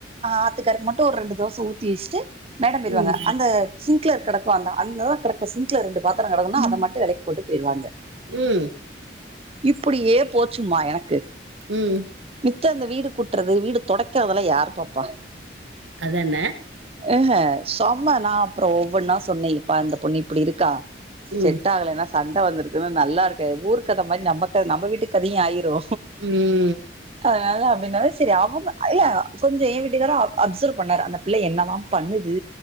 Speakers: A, on the right; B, on the right.
A: ஆத்துக்காருக்கு மட்டு ஒரு ரெண்டு தோச ஊத்தி வச்சுட்டு மேடம் போய்டுவாங்க
B: ம்
A: அந்த சிங்க்ளர் கெடக்கு அந்த அந்ததா கெடக்கு சிங்க்ள ரெண்டுப் பாத்தரோ கெடக்குனா அத மட்டு வெளக்கி போட்டு போய்ருவாங்க
B: ம்
A: இப்புடியே போச்சும்மா எனக்கு
B: ம்
A: மித்த அந்த வீடு கூட்றது வீடு தொடக்கறதல்லா யாரு பாப்பா
B: அதான
A: ஆஹ செம்ம நா அப்பறோ ஒவ்வொன்னா சொன்னே இப்பா இந்த பொண்ணு இப்டி இருக்கா
B: ம்
A: செட் ஆகலேனா சண்ட வந்துருதுன்னா நல்லா இருக்காது ஊரு கத மாரி நம்ம கத நம்ம வீட்டு கதையு ஆயிரு
B: ம்
A: அதனால அப்டின்னால செரி அவங்க இல்ல கொஞ்சோ ஏ வீட்டுக்காரு அ அப்சர்வ் பண்ணாரு அந்த பிள்ள என்னதா பண்ணுது